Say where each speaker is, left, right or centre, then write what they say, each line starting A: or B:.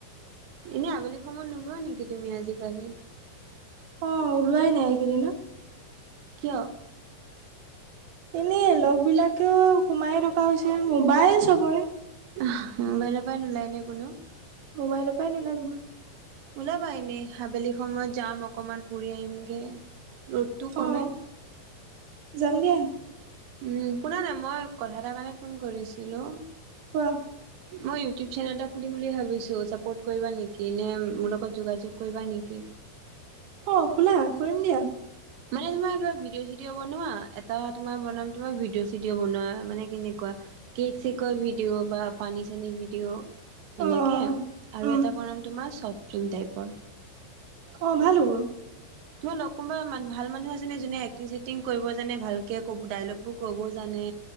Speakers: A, on the right; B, on the right.
A: এনেই আবেলি সময়ত নোলোৱা নেকি তুমি আজি-কালি
B: অ ওলোৱাই নাই এইকেইদিন ন
A: কিয়
B: এনে লগ বিলাকেও সোমাই থকা হৈছে মোবাইল চবৰে
A: আহ মোবাইল পৰাই নোলায় নে কোনো
B: মোবাইল পৰাই নোলাই কোনো
A: উলাবা এনে আবেলি সময়ত যাম অকমান ফুৰি আহিমগে ৰ'দটো কমে।
B: অ যাম দিয়া।
A: উম শুনা না মই কথা এটা কাৰণে ফোন কৰিছিলোঁ।
B: কোৱা
A: মই ইউটিউব চেনেল এটা খুলিম বুলি ভাবিছোঁ ছাপৰ্ট কৰিবা নেকি নে মোৰ লগত যোগাযোগ কৰিবা নেকি?
B: অ খোলা কৰিম দিয়া।
A: মানে তোমাৰ এটা ভিডিঅ' চিডিঅ বনোৱা এটা তোমাৰ বনাম তোমাৰ ভিডিঅ চিডিঅ' বনোৱা মানে কেনেকুৱা কেক চেকৰ ভিডিঅ' বা পানী চানী ভিডিঅ'
B: অ
A: এনেকে আৰু
B: উম
A: এটা বনাম তোমাৰ শ্বৰ্ট ফিল্ম টাইপৰ
B: অ ভাল হ'ব।
A: তোমাৰ লগ কোনোবা ভাল মানুহ আছে নে যোনে এক্টিং চেটিং কৰিব জানে ভালকে কব ডাইলগ বোৰ ক'ব জানে